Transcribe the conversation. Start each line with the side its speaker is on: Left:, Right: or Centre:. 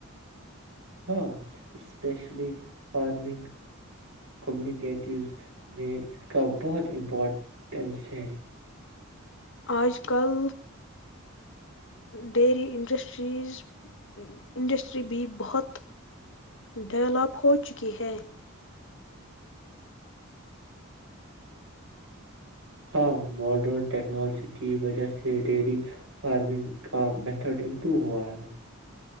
Right: ہاں اسپیشلی فارمنگ کمیونیکیٹیوز میں اس کا بہت امپورٹینس ہے
Left: آج کل ڈیری انڈسٹریز انڈسٹری بھی بہت ڈولپ ہو چکی ہے
Right: ہاں ماڈرن ٹیکنالوجی کی وجہ سے ڈیری فارمنگ کا میتھڈ امپرو ہوا ہے